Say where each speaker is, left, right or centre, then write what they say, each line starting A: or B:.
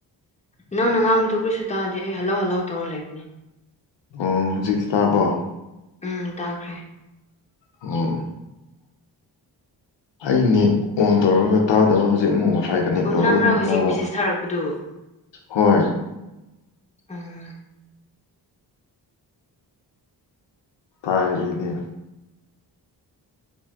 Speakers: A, on the left (about 15°); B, on the left (about 70°).
A: ꯅꯪꯅ ꯉꯥꯡꯕꯗꯨ ꯀꯨꯔꯤꯁꯨ ꯇꯥꯗꯦ ꯑꯩ ꯍꯜꯂꫭ ꯍꯜꯂꫭ ꯇꯧꯔ ꯂꯩꯕꯅꯦ
B: ꯑꯣ ꯍꯧꯖꯤꯛꯇꯤ ꯇꯥꯔꯕꫭ
A: ꯎꯝ ꯇꯥꯈ꯭ꯔꯦ꯫
B: ꯑꯣ ꯑꯩ ꯅꯦꯠ ꯑꯣꯟ ꯇꯧꯔꯒ ꯇꯥꯗꯕ ꯍꯧꯖꯤꯛ ꯑꯃꯨꯛ ꯋꯥꯏꯐꯥꯏ ꯀꯅꯦꯛ
A: ꯑꯣ
B: ꯇꯧꯔꯒ
A: ꯅꯪꯔ
B: ꯑꯃꯨꯛ
A: ꯍꯧꯖꯤꯛ
B: ꯇꯥꯕ
A: ꯃꯦꯁꯦꯁ ꯊꯥꯔꯛꯄꯗꯨ
B: ꯍꯣꯏ
A: ꯎꯝ꯫
B: ꯇꯥꯏ ꯏꯅꯦ